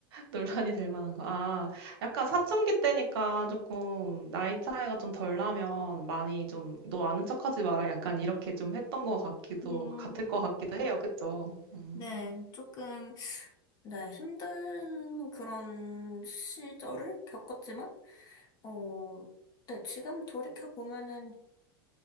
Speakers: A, on the right (about 80°); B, on the left (about 30°).
A: 논란이 될 만한 거. 아, 약간 사춘기 때니까 조금 나이 차이가 좀 덜 나면 많이 좀 너 아는 척하지 마라 약간 이렇게 좀 했던 것 같기도
B: 음,
A: 같을 것 같기도 해요. 그쵸? 음.
B: 네, 조금, 네, 힘든 그런 시절을 겪었지만, 어, 네, 지금 돌이켜보면은,